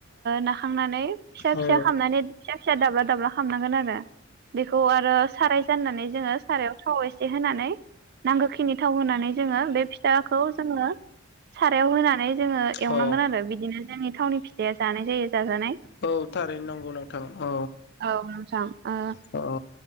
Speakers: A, on the right (about 50°); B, on the left (about 55°).
A: ना खांनानै फिसा
B: औ
A: फिसा खामनानै फिसा दाब्ला दाब्ला खालामामनांगोन आरो बेखौ आरो साराय जाननानै जोङो सारायाव थाव एसे होनानै नांगौखिनि फिथाव होनानै जोङो बे फिथाखौ जोङो होननानै जोङो एवनांगोन
B: औ
A: आरो बिदिनो जोंनि थावनि फिथाआ जानाय जायो जाजानाय
B: औ थारैनो नंगौ नोंथां औ
A: औ नोंथां ओ
B: औ